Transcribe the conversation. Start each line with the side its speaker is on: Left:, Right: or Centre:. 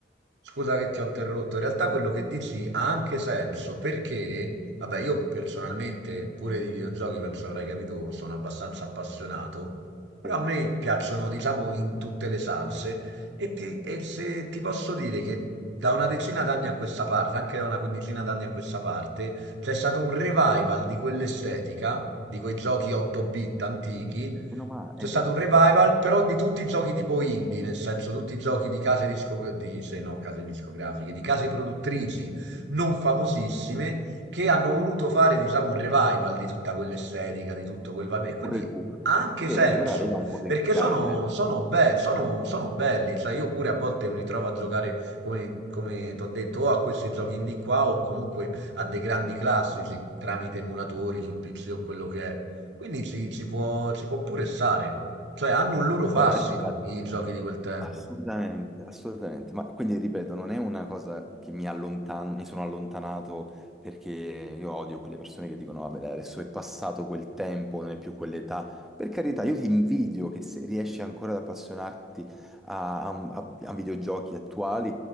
Right: scusa che ti ho interrotto, in realtà quello che dici ha anche senso perché, vabbè, io personalmente pure di videogiochi, penso avrai capito, sono abbastanza appassionato, però
Centre: Sì,
Right: a me piacciono, diciamo, in tutte le salse e, ti- e se ti posso dire che da una decina d'anni a questa parte, anche da una quindicina d'anni a questa parte, c'è stato un revival di quell'estetica, di quei giochi 8-bit antichi
Centre: meno male,
Right: c'è
Centre: esatto,
Right: stato un revival, però di tutti i giochi tipo indie, nel senso tutti i giochi di case discografiche, di, se no, case discografiche, di case produttrici non famosissime che hanno voluto fare, diciamo, un revival di tutta quell'estetica, di tutto quel vibe. E quindi
Centre: un recupero.
Right: ha anche
Centre: Vedi,
Right: senso,
Centre: allora aveva un potenziale.
Right: perché sono, sono, be- sono, sono belli, sai, io pure a volte mi ritrovo a giocare, come, come ti ho detto, o a questi giochi indie qua o comunque a dei grandi classici tramite emulatori sul PC o quello che è. Quindi ci, ci può, ci può pure stare. Cioè, hanno un loro fascino
Centre: Guarda, adesso
Right: i giochi di quel tempo.
Centre: Assolutamente, assolutamente. Ma quindi ripeto, non è una cosa che mi allontano, mi sono allontanato perché io odio quelle persone che dicono, vabbè, dai, adesso è passato quel tempo, non è più quell'età. Per carità, io ti invidio che se riesci ancora ad appassionarti a, a un- a- a videogiochi attuali.